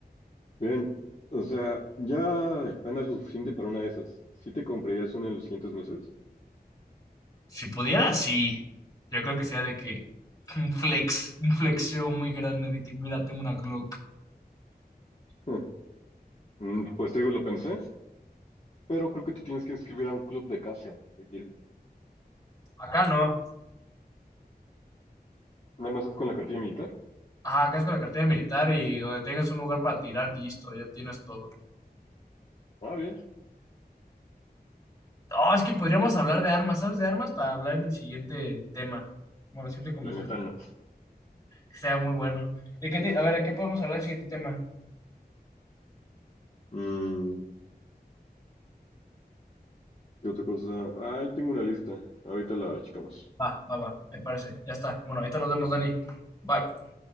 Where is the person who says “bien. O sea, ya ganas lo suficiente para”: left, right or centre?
Left